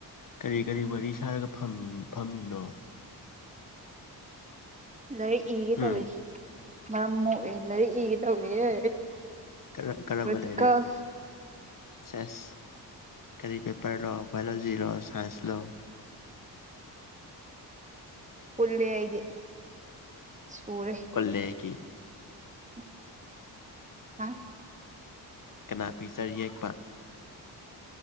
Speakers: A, on the left; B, on the right.
A: ꯀꯔꯤ ꯀꯔꯤ ꯋꯥꯔꯤ ꯁꯥꯔꯒ ꯐꯝꯃꯤ ꯐꯝꯃꯤꯅꯣ
B: ꯂꯥꯏꯔꯤꯛ ꯏꯒꯦ
A: ꯍꯨꯝ
B: ꯇꯧꯔꯤ ꯃꯔꯝ ꯃꯣꯛꯑꯦ ꯂꯥꯏꯔꯤꯛ ꯏꯒꯦ ꯇꯧꯔꯤꯌꯦ
A: ꯀ ꯀꯔꯝꯕ
B: ꯄ꯭ꯔꯦꯛꯇꯤꯀꯦꯜ
A: ꯂꯥꯏꯔꯤꯛ ꯁꯤꯁ ꯀꯔꯤ ꯄꯦꯄꯔ ꯂꯣ ꯕꯥꯏꯌꯣꯂꯣꯖꯤ ꯂꯣ ꯁꯥꯏꯟꯁ ꯂꯣ
B: ꯄꯨꯨꯜꯂꯦ ꯑꯩꯗꯤ ꯁꯨꯔꯦ
A: ꯄꯨꯜꯂꯦꯒꯤ
B: ꯎꯝ ꯍꯥ
A: ꯀꯅꯥ ꯄꯤꯛꯆꯔ ꯌꯦꯛꯄ